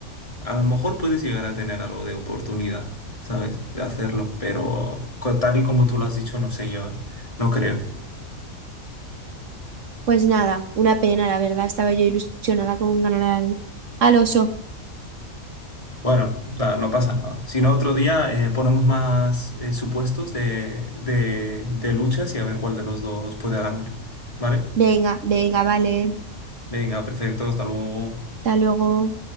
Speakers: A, on the left (about 25°); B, on the right (about 65°).
A: a lo mejor puedes llegar a tener algo de oportunidad, ¿sabes? De hacerlo, pero co- tal y como tú lo has dicho, no sé, yo no creo.
B: Pues nada, una pena, la verdad. Estaba yo ilusionada con ganar al, al oso.
A: Bueno, da- no pasa nada. Si no, otro día eh, ponemos más eh, supuestos de, de, de luchas y a ver cuál de los dos puede ganar, ¿vale?
B: Venga, venga, vale.
A: Venga, perfecto, hasta luego.
B: Hasta luego.